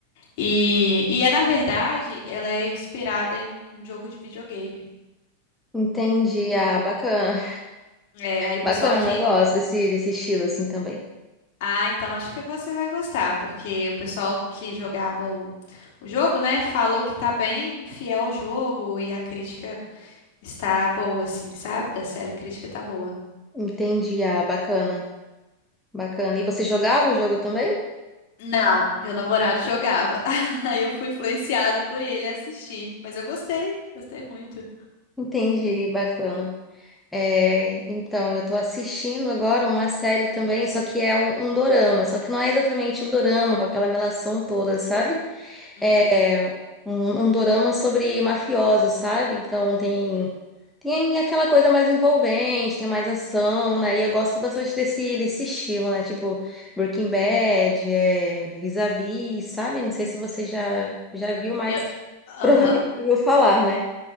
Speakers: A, on the left (about 50°); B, in the centre.
A: E, e é, na verdade, ela é inspirada em um jogo de videogame.
B: Entendi. Ah, bacana.
A: É, aí o pessoal
B: Bacana,
A: que.
B: eu gosto desse, desse estilo assim também.
A: Ah, então acho que você vai gostar, porque o pessoal que jogava o, o jogo, né, falou que tá bem fiel ao jogo e a crítica. Está boa, assim, sabe? Da série a crítica tá boa.
B: Entendi, ah, bacana, bacana. E você jogava o jogo também?
A: Não, Meu namorado jogava. <laughs> Aí eu fui influenciada por ele a assistir. Mas eu gostei, gostei muito.
B: Entendi, bacana. É, então, eu tô assistindo agora uma série também, só que é um, um dorama, só que não é exatamente um dorama com aquela melação toda, sabe?
A: Uhum.
B: é, um, um dorama sobre mafiosos, sabe? Então tem tem aquela coisa mais envolvente, tem mais ação, né? E eu gosto bastante desse desse estilo, né? Tipo Breaking Bad, é, Vis-a-Vis, sabe? Não sei se você já já viu, mas
A: Eu... Aham.
B: provavelmente ouviu falar, né?